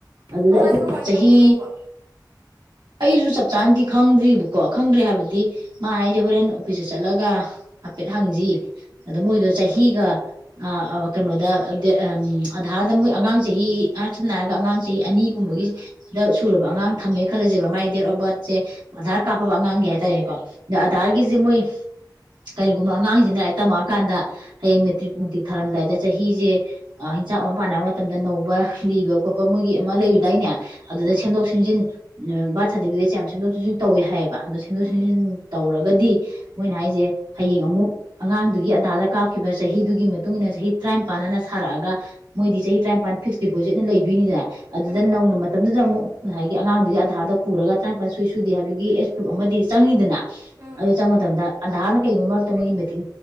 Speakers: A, on the right; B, on the right.
A: ꯑꯗꯨꯗ
B: ꯀꯃꯥꯏ
A: ꯑꯩꯈꯣꯏꯅ
B: ꯀꯃꯥꯏ
A: ꯆꯍꯤ
B: ꯇꯧꯕꯅꯣꯕ
A: ꯑꯩꯁꯨ ꯆꯞ ꯆꯥꯅꯗꯤ ꯈꯪꯗ꯭ꯔꯤꯕꯀꯣ ꯈꯪꯗ꯭ꯔꯦ ꯍꯥꯏꯕꯗꯤ ꯃꯥ ꯍꯥꯏꯁꯦ ꯍꯣꯔꯦꯟ ꯑꯣꯐꯤꯁꯇ ꯆꯠꯂꯒ ꯍꯥꯏꯐꯦꯠ ꯍꯪꯁꯤ ꯑꯗ
B: ꯎꯝ
A: ꯃꯣꯏꯗ ꯆꯍꯤ ꯆꯍꯤꯤꯒ ꯑ ꯀꯩꯅꯣꯗ ꯑꯙꯥꯔꯗ ꯃꯣꯏ ꯑꯉꯥꯡ ꯆꯍꯤ ꯁꯝꯅ ꯍꯥꯏꯔꯒ ꯑꯉꯥꯡ ꯆꯍꯤ ꯑꯅꯤꯒꯨꯝꯕꯒꯤꯗ ꯁꯨꯔꯕ ꯑꯉꯥꯡ ꯊꯝꯃꯦ ꯈꯜꯂꯁꯦꯕ ꯃꯥꯒꯤ ꯗꯦꯠ ꯑꯣꯐ ꯕꯥꯔꯠꯁꯦ ꯑꯙꯥꯔ ꯀꯥꯞꯄꯕ ꯑꯉꯥꯡꯒꯤ ꯍꯥꯏꯇꯥꯔꯦꯀꯣ ꯑꯗ ꯑꯙꯥꯔꯒꯤꯁꯦ
B: ꯎꯝ
A: ꯃꯣꯏ ꯀꯔꯤꯒꯨꯝꯕ ꯑꯉꯥꯡꯁꯤꯡꯅ ꯂꯥꯏꯔꯤꯛ ꯇꯝꯃꯛꯑꯀꯥꯟꯗ ꯍꯌꯦꯡ ꯃꯦꯇ꯭ꯔꯤꯛ ꯅꯨꯡꯇ꯭ꯤꯛ ꯊꯥꯔꯝꯗꯥꯏꯗ ꯆꯍꯤꯁꯦ ꯍꯤꯟꯆꯥꯛ ꯑꯃ ꯄꯥꯟꯅꯕ ꯃꯇꯝꯗ ꯅꯧꯕ ꯂꯤꯕ ꯈꯣꯠꯄ ꯃꯣꯏꯒꯤ ꯑꯃ ꯂꯩꯕꯗꯥꯏꯅꯦ ꯑꯗꯨꯅ
B: ꯎꯝ
A: ꯁꯦꯝꯗꯣꯛ ꯁꯦꯝꯖꯤꯟ ꯕꯥꯔꯊ ꯁꯥꯔꯇꯤꯐꯤꯀꯦꯠꯁꯦ ꯌꯥꯝ ꯁꯦꯝꯗꯣꯛ ꯁꯦꯝꯖꯤꯟ ꯇꯧꯋꯦ ꯍꯥꯏꯌꯦꯕ ꯑꯗꯣ ꯁꯦꯝꯗꯣꯛ
B: ꯎꯝ
A: ꯁꯦꯝꯖꯤꯟ ꯇꯧꯔꯒꯗꯤ ꯃꯣꯏꯅ ꯍꯥꯏꯁꯦ ꯍꯌꯦꯡ ꯑꯃꯨꯛ ꯑꯉꯥꯡꯗꯨꯒꯤ ꯑꯙꯥꯗ ꯀꯥꯞꯈꯤꯕ ꯆꯍꯤꯗꯨꯒꯤ ꯃꯇꯨꯡꯟꯅ ꯆꯍꯤ ꯇꯔꯥꯅꯤꯄꯥꯟꯅ ꯁꯥꯔꯛꯑꯒ ꯃꯣꯏꯗꯤ ꯆꯍꯤ ꯇꯔꯥꯅꯤꯄꯥꯟ ꯐꯤꯛꯁ ꯗꯤꯄꯣꯖꯤꯠꯅ ꯂꯩꯗꯣꯏꯅꯤꯗꯅ ꯑꯗꯨꯗꯅ
B: ꯎꯝ
A: ꯅꯧꯅ ꯃꯇꯝꯗꯨꯗ ꯑꯃꯨꯛ ꯉꯁꯥꯏꯒꯤ ꯑꯉꯥꯡꯗꯨꯒꯤ ꯑꯙꯥꯔꯗ ꯄꯨꯔꯒ ꯇꯔꯥꯅꯤꯄꯥꯟ ꯁꯣꯏ ꯁꯨꯗꯦ ꯍꯥꯏꯕꯒꯤ ꯑꯦꯖ ꯄ꯭ꯔꯨꯐ ꯑꯃꯗꯤ ꯆꯪꯅꯤ ꯑꯗꯨ
B: ꯎꯝ
A: ꯆꯪꯕ ꯃꯇꯝꯗ ꯑꯙꯥꯅ ꯀꯩꯒꯨꯝꯕ ꯃꯔꯛꯇ ꯃꯣꯏꯒꯤ ꯃꯦꯇꯤꯛ